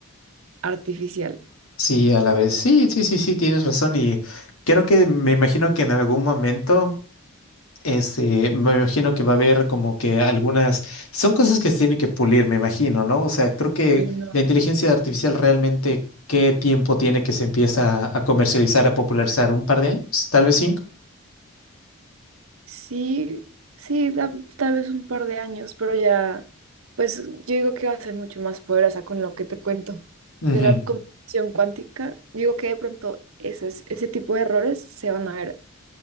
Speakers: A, on the right; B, on the left.
A: artificial.
B: Sí, a la vez. Sí, sí, sí, sí, tienes razón. Y creo que me imagino que en algún momento, este, me imagino que va a haber como que algunas, son cosas que se tienen que pulir, me imagino, ¿no? O sea, creo que
A: Y no.
B: la inteligencia artificial realmente, ¿qué tiempo tiene que se empieza a comercializar, a popularizar? ¿Un par de años? ¿Tal vez cinco?
A: Sí, sí, da- tal vez un par de años, pero ya, pues yo digo que va a ser mucho más poderosa con lo que te cuento
B: Ujú.
A: de la computación cuántica. Digo que de pronto ese, ese tipo de errores se van a ver